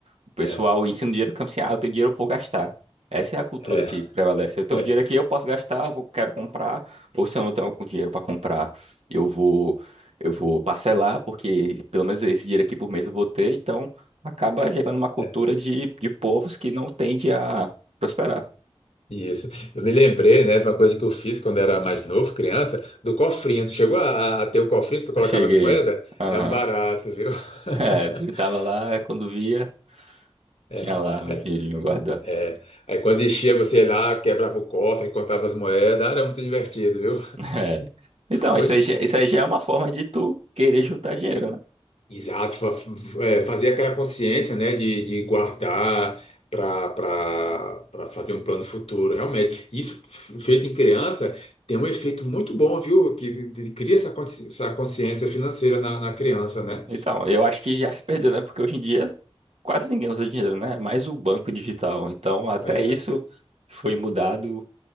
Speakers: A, on the right; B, on the left.
A: O pessoal
B: é,
A: ensina o dinheiro como assim, ah, eu tenho dinheiro, eu vou gastar. Essa é a cultura
B: é,
A: que prevalece. Eu tenho
B: é,
A: dinheiro aqui, eu posso gastar, vou, quero comprar, ou se eu não tenho algum dinheiro para comprar, eu vou eu vou parcelar, porque pelo menos esse dinheiro aqui por mês eu vou ter, então acaba gerando uma cultura
B: é,
A: de, de povos que não tende a prosperar.
B: isso. Eu me lembrei, né, de uma coisa que eu fiz quando era mais novo, criança, do cofrinho. Tu chegou a, a- a ter o cofrinho que tu colocava
A: Cheguei.
B: as moedas?
A: Aham.
B: É um barato,
A: <laughs>
B: viu?
A: É,
B: <laughs>
A: a gente tava lá, quando via,
B: É,
A: tinha lá
B: aí,
A: o dinheirinho guardado.
B: é. Aí quando enchia, você ia lá, quebrava o cofre, aí contava as moedas. Ah, Era muito divertido, viu?
A: <laughs> É. Então,
B: Hoje,
A: isso aí, já- isso aí já é uma forma de tu querer juntar dinheiro, né?
B: Exato, fa- é, fazer aquela consciência, né, de, de guardar para fazer um plano futuro, realmente. Isso f- feito em criança tem um efeito muito bom, viu? Que de- cria essa consci- essa consciência financeira na, na criança, né?
A: Então, eu acho que já se perdeu, né? Porque hoje em dia quase ninguém usa dinheiro, né? É Mais o banco digital. Então, até
B: É,
A: isso foi mudado,